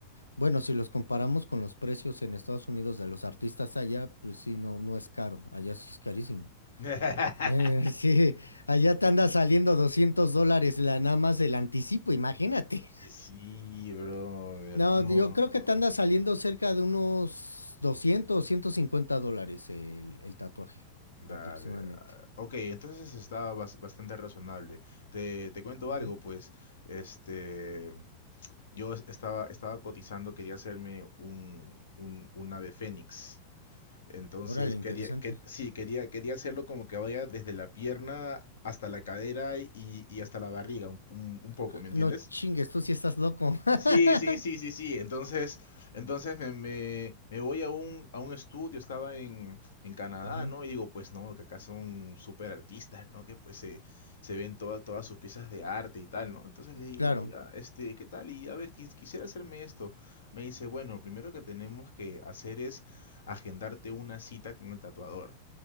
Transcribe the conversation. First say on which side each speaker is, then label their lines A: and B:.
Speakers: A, on the left; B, on the left.
A: Bueno, si los comparamos con los precios en Estados Unidos de los artistas allá, pues sí, no, no es caro. Allá sí es carísimo.
B: <laughs>
A: Eh, <laughs> sí, allá te anda saliendo 200 dólares la, nada más el anticipo, imagínate.
B: Y sí, brother.
A: No,
B: No.
A: yo creo que te anda saliendo cerca de unos doscientos, o 150 dólares el, el tatuaje,
B: Dale.
A: aproximadamente.
B: ah, Ok, entonces está bas- bastante razonable. Te, te cuento
A: Ujú.
B: algo, pues. Este. Yo es- estaba, estaba cotizando, quería hacerme un, un, un ave fénix. Entonces
A: Órale, interesante.
B: quería, que, sí, quería, quería hacerlo como que vaya desde la pierna hasta la cadera y, y hasta la barriga, un, un- un poco,
A: Ah,
B: ¿me entiendes?
A: No chingues, tú sí estás loco. <laughs>
B: Sí, sí, sí, sí, sí. Entonces, entonces me, me, me voy a un, a un estudio, estaba en, en Canadá,
A: Ujú,
B: ¿no? Y digo, pues no, que acá son súper artistas, ¿no? Que pues se, se ven todas todas sus piezas de arte y tal, ¿no? Entonces le digo,
A: Claro.
B: oiga, este, ¿qué tal? Y a ver, quis- quisiera hacerme esto. Me dice, bueno, lo primero que tenemos que hacer es agendarte una cita con el tatuador.